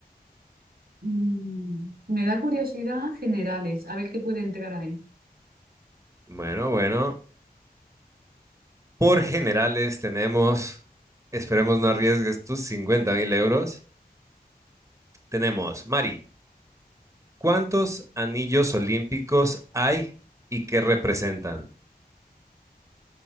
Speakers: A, on the right; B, on the right.
A: Mm, me da curiosidad generales, a ver qué puede entrar ahí.
B: Bueno, bueno. Por generales tenemos, esperemos no arriesgues tus 50 mil euros. Tenemos, Mari, ¿cuántos anillos olímpicos hay y qué representan?